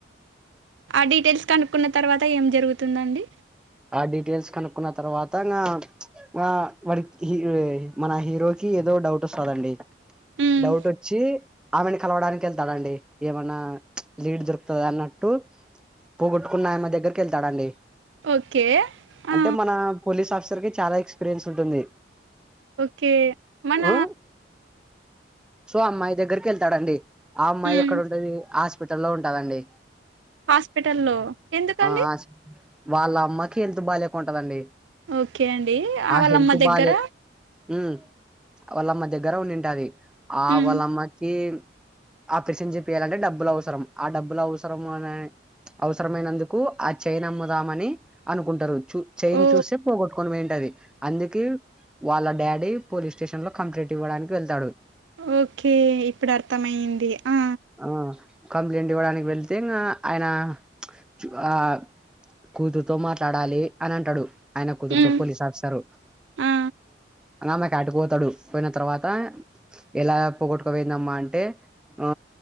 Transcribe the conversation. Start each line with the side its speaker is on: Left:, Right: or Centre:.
Right: ఆ డీటెయిల్స్. కనుక్కున్న తర్వాత ఏం జరుగుతుందండి
Centre: ఆ డీటెయిల్స్ కనుక్కున్న తర్వాత ఇంగా ఆ వాడిక్ హీరో మన హీరోకి ఏదో డౌట్ వస్తుందండి
Right: ఉమ్
Centre: డౌట్ వచ్చి ఆమెను కలవడానికి వెళ్తాడంండి ఏమన్నా లీడ్ దొరుకుతుంది అన్నట్టు పోగోట్టుకున్న ఆయన దగ్గరికి వెళ్తాడండి
Right: ఓకే ఆ
Centre: అంటే మనా పోలీస్ ఆఫీసర్ కి చాలా ఎక్స్పీరియన్స్ ఉంటుంది
Right: ఓకే మన
Centre: ఆ సో అమ్మాయి దగ్గరికి వెళ్తాడండి ఆ అమ్మాయి
Right: ఉమ్
Centre: ఎక్కడ ఉంటది హాస్పిటల్లో ఉంటదండి
Right: హాస్పిటల్లో ఎందుకండి
Centre: ఆ వాళ్ళ అమ్మకి హెల్త్ బాగాలేక ఉంటదండి
Right: ఓకే అండి ఆ వాళమ్మ
Centre: హెల్త్
Right: దగ్గర
Centre: బాలే ఉమ్ వాళ్ళమ్మ దగ్గర ఉండింటాది ఆ
Right: ఉమ్
Centre: వాళ్ళమ్మకి ఆ పిర్షన్ చెపీయాలంటే డబ్బులు అవసరం ఆ డబ్బులు అవసరం అని అవసరమైనందుకు ఆ చైన్ అమ్ముదామని అనుకుంటరు చూ చైన్
Right: ఓ
Centre: చూస్తే పోగొట్టుకొని పోయింటది అందుకి వాళ్ళ డాడీ పోలీస్ స్టేషన్ లో కంప్లైంట్ ఇవ్వడానికి వెళ్తాడు
Right: ఓకే ఇప్పుడు అర్థమయ్యింది ఆ
Centre: ఆ కంప్లైంట్ ఇవ్వడానికి వెళ్తే ఇంగ ఆయన చుగా ఆ కూతుర్ తో మాట్లాడాలి అని అంటడు ఆయన కూతురుతో
Right: ఉమ్
Centre: పోలీస్ ఆఫీసర్
Right: ఆ
Centre: ఆమె క అటు పోతాడు పోయిన తర్వాత ఎలా పోొగొట్టుకు పోయిందమ్మా అంటే ఆ